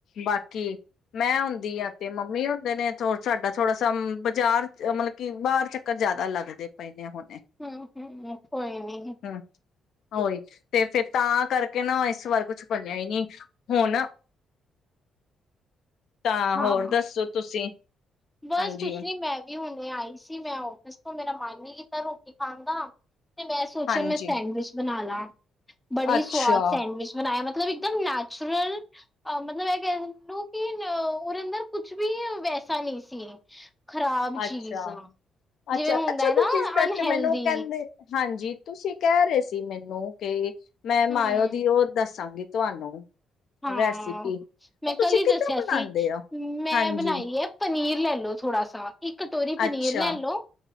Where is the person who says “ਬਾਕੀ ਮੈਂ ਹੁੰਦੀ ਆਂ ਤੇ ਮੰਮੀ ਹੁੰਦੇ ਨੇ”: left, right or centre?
Left